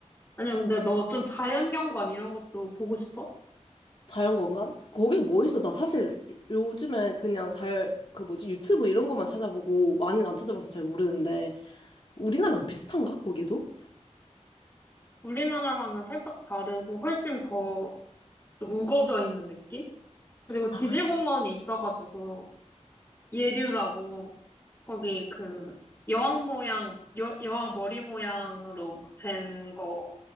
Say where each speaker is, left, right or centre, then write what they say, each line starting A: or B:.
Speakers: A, on the left; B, on the left.
A: 아니, 근데 너 좀 자연경관 이런 것도 보고 싶어?
B: 자연관광? 거기 뭐 있어? 나 사실 요즘에 그냥 잘 그 뭐지 유튜브 이런 것만 찾아보고 많이는 안 찾아봐서 잘 모르는데 우리나라랑 비슷한가? 거기도?
A: 우리나라랑은 살짝 다르고 훨씬 더 좀 우거져 있는 느낌? 그리고 지질공원이
B: 아,
A: 있어가지고 예류라고 거기 그 여왕 모양, 여, 여왕 머리 모양으로 된 거,